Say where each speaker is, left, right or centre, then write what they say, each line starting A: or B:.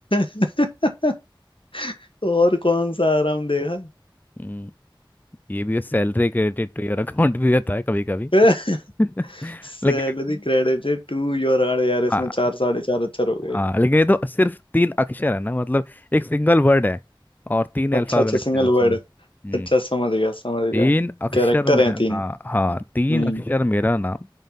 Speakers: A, on the left; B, on the left.
A: <laughs> और कौन सा आराम देगा
B: हम्म, ये भी salary credit to your account भी होता है कभी कभी
A: <laughs>
B: <laughs>
A: सैलरी
B: लेकिन
A: क्रेडिटेड टू योर अरे यार इसमें
B: हाँ
A: चार साढ़े चार अक्षर हो गए
B: हाँ लेकिन ये तो सिर्फ तीन अक्षर है ना मतलब एक सिंगल वर्ड है और तीन
A: अच्छा
B: अल्फाबेट्स
A: अच्छा सिंगल
B: हैं उसमें
A: वर्ड
B: हम्म
A: अच्छा समझ गया समझ
B: तीन
A: गया
B: अक्षर
A: कैरेक्टर
B: में
A: हैं
B: हाँ
A: तीन
B: हाँ तीन
A: हम्म
B: अक्षर मेरा नाम